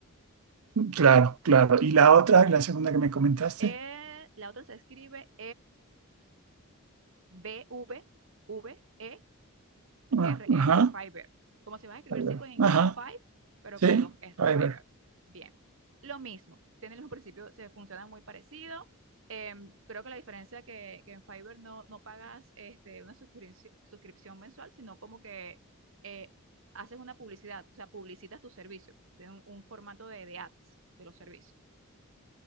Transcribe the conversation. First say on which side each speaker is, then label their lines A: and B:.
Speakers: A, on the right (about 85°); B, on the right (about 60°).
A: claro, claro. ¿Y la otra, la segunda que me comentaste?
B: Eh, la otra se escribe F-I-B-V-V-E RR,
A: Ah, Ajá,
B: Fiverr. Como si vas a escribir
A: Fiverr.
B: 5 en inglés,
A: Ajá,
B: five, pero
A: sí,
B: con dos R,
A: Fiverr.
B: Fiverr. Bien. Lo mismo, tienen los principios, se funcionan muy parecido. Em, creo que la diferencia que, que en Fiverr no, no pagas este, una suscripci- suscripción mensual, sino como que eh, haces una publicidad, o sea, publicitas tus servicios, tienen un, un formato de, de ads de los servicios.